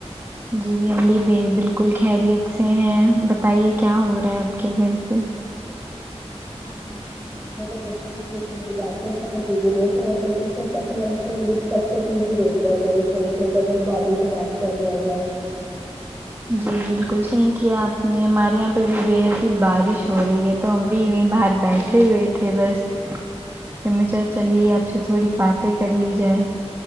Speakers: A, on the right; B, in the centre.
A: جی ہم بھی بی بالکل خیریت سے ہیں بتائیے کیا ہو رہا ہے اپ کے گھر پہ
B: <unintelligible> میں تو کچھ نہیں بیٹھے تھے ٹی وی دیکھ رہے تھے تو سوچا چلو فری ہے ابھی تب سے ٹی وی دیکھ رہے تھے چلو سوچا چلو باجی سے بات کر لیا جاے
A: جی بالکل صحیح کیا آپ نے ہمارے یہاں پہ بھی بےحد ہی بارش ہو رہی ہے تو ہم بھی یوں ہی باہر بیٹھے ہوئے تھے بس پھر میں سوچا چلیے آپ سے تھوڑی باتیں کر لی جائے